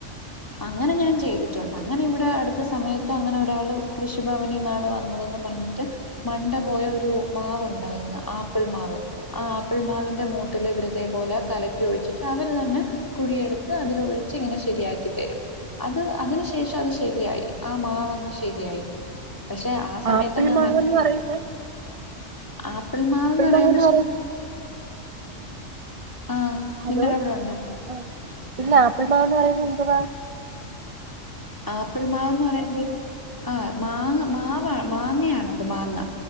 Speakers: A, on the left; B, on the right.
A: അങ്ങനെ ഞാൻ ചെയ്തിട്ടുണ്ട് അങ്ങനെ ഇവിടെ അടുത്ത സമയത്ത് അങ്ങനെ ഒരാള് കൃഷിഭവനിൽ നിന്നാണ് വന്നതെന്നും പറ എന്നിട്ട് മണ്ട പോയ ഒരു മാവ് ഉണ്ടായിരുന്നു ആപ്പിൾ മാവ് ആഹ് ആപ്പിൾ മാവിന്റെ മൂട്ടില് ഇവരിതേ പോലെ കലക്കി ഒഴിച്ചിട്ട് അവര് തന്നെ കുഴിയെടുത്ത് അതില് ഒഴിച്ച് ഇങ്ങനെ ശരിയാക്കി തരും അത് അതിനു ശേഷം അത് ശരിയായി ആ മാവങ്ങ് ശരിയായി പക്ഷെ ആ സമയത്ത്
B: ആപ്പിൾ
A: ഞാൻ
B: മാവെന്ന്
A: മനസ്സിലായി
B: പറയുന്നെ
A: ആപ്പിൾ മാവന്ന് പറയുമ്പോ
B: മാവെന്ന്
A: ശ
B: പറയുന്നെ
A: ആഹ്
B: ഹലോ
A: നിങ്ങടവിടെ ഉണ്ടോ?
B: ആഹ് ഇല്ല ആപ്പിൾ മാവ് പറയുന്ന എന്തുവാ
A: ആപ്പിൾ മാവന്ന് പറയ ആഹ് മാങ്ങ മാവ മാങ്ങയാണത് മാങ്ങ